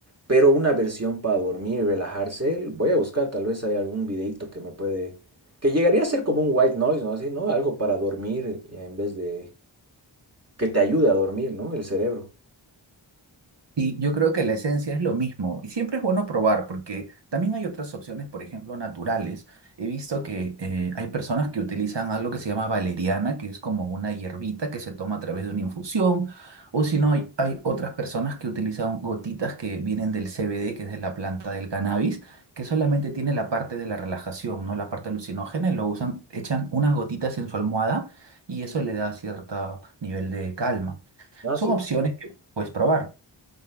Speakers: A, on the right; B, on the right.
A: Pero una versión para dormir y relajarse, l- voy a buscar, tal vez hay algún videito que me puede... Que llegaría a ser como un white noise, ¿no? Así, ¿no? Algo para dormir eh, en vez de... que te ayude a dormir, ¿no? El cerebro.
B: Sí, yo creo que la esencia es lo mismo y siempre es bueno probar porque también hay otras opciones, por ejemplo, naturales. He visto que eh, hay personas que utilizan algo que se llama valeriana, que es como una hierbita que se toma a través de una infusión, o si no, hay, hay otras personas que utilizan gotitas que vienen del CBD, que es de la planta del cannabis, que solamente tiene la parte de la relajación, no la parte alucinógena, y lo usan, echan unas gotitas en su almohada y eso le da cierto nivel de calma.
A: Ah,
B: Son
A: sí,
B: opciones que puedes probar.